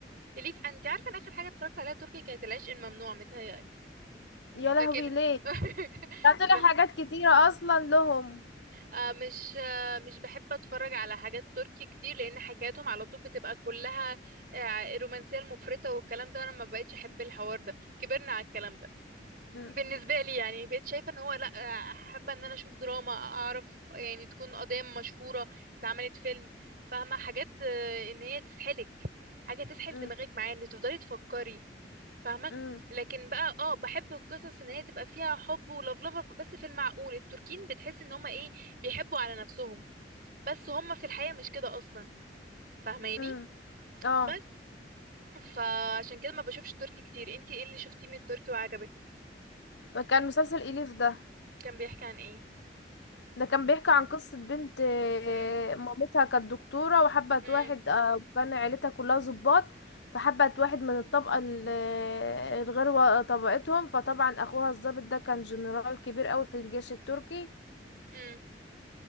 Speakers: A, on the right; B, on the left.
A: اليف انت عارفة ان اخر حاجة اتفرجت عليها تركي كانت العشق الممنوع متهيألي
B: يا لهوي
A: لكن
B: ليه
A: <laughs>
B: ده طلع
A: مش
B: حاجات كتيرة اصلا لهم
A: آه، مش آه، مش بحب اتفرج على حاجات تركي كتير لان حكاياتهم على طول بتبقى كلها آه، رومانسيه المفرطه والكلام ده انا ما بقتش احب الحوار ده كبرنا على الكلام ده
B: م-
A: بالنسبه لي يعني بقيت شايفه ان هو لا آه، حابه ان انا اشوف دراما اعرف يعني تكون قضيه مشهوره اتعملت فيلم فاهمه حاجات آه، ان هي تسحلك حاجه تسحل
B: م-
A: دماغك معايا ان تفضلي تفكري فاهمة
B: م-
A: لكن بقى اه بحب القصص ان هي تبقى فيها حب ولفلفة بس في المعقول التركين بتحس ان هما ايه بيحبوا على نفسهم بس هما في الحقيقة مش كده اصلا فاهماني
B: م. اه
A: بس فعشان كده ما بشوفش تركي كتير انتي ايه اللي شفتيه من التركي وعجبك
B: كان مسلسل إليف ده
A: كان بيحكي عن ايه
B: ده كان بيحكي عن قصة بنت آه،
A: امم
B: مامتها كانت دكتورة وحبت
A: امم
B: واحد آه، وكان عيلتها كلها ضباط فحبت واحد من الطبقة ال- آه، الغير و- طبقتهم فطبعا أخوها الضابط ده كان جنرال كبير قوي في الجيش التركي
A: امم